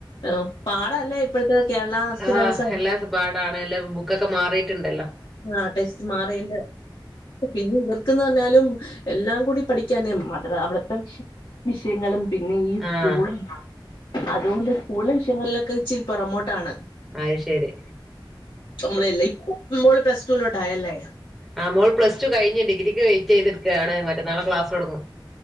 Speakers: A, on the left (about 75°); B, in the centre.
A: ഓഹ് പാടല്ലേ ഇപ്പോഴത്തെ കേരള സിലബസ്
B: ആഹ് എല്ലാ പാടാണ് എല്ലാം ബു ക്കൊക്കെ മാറിട്ടുണ്ടല്ലോ
A: ആഹ് ടെസ്റ്റ് മാറീണ്ട് പിന്നെ ഇവർക്ക്ന്ന് പറഞ്ഞാലും എല്ലാം കൂടി പഠിക്കാനേ മദർ അവിടത്തെ വിഷ് വിഷയങ്ങളും പിന്നെ ഈ സ്കൂളും
B: ആഹ്
A: <unintelligible> അതുകൊണ്ട് സ്കൂളിലെ വിഷയങ്ങളിലൊക്കെ ഇച്ചിരി പെറമോട്ടാണ്
B: അത് ശരി
A: നമ്മളല്ലേ ഇപ്പൊ മ്മോള് പ്ലസ് ടു ലോട്ടായല്ലേ
B: ആഹ് മോൾ പ്ലസ് ടു കഴിഞ്ഞു ഡിഗ്രിക്ക് വെയിറ്റ് എയ്തു നിക്കാണ് മറ്റേനാള് ക്ലാസ് തൊടങ്ങും